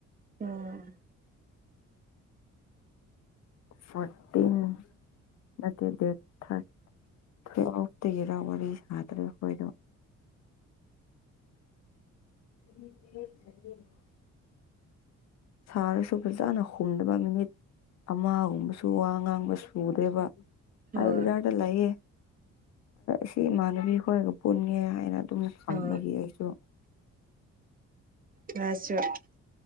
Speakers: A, on the right (about 30°); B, on the left (about 60°).
A: ꯎꯝ
B: ꯐꯇꯦ <inaudible> ꯅꯠꯇꯦ ꯗꯦꯠ ꯊꯥꯔꯠ ꯇꯨꯌꯦꯕꯗꯒꯤꯔ ꯋꯥꯔꯤ ꯁꯥꯗ꯭ꯔꯦ ꯑꯩꯈꯣꯏꯗꯣ <unintelligible> ꯁꯥꯔꯁꯨ ꯐꯖꯅ ꯍꯨꯝꯗꯕ ꯅꯨꯃꯤꯠ ꯑꯃꯒꯨꯝꯕꯁꯨ ꯋꯥ ꯉꯥꯡꯕ ꯁꯨꯗꯦꯕ
A: ꯍꯣꯏ
B: ꯑꯩ ꯕꯖꯥꯔꯗ ꯂꯩꯌꯦ ꯁꯤ ꯏꯃꯥꯟꯅꯕꯤ ꯈꯣꯏꯒ ꯄꯨꯟꯒꯦ ꯍꯥꯏꯅ ꯑꯗꯨ ꯀꯝꯕꯒꯤ
A: ꯑꯣ
B: ꯍꯥꯏꯁꯨ꯫
A: ꯀꯔꯤ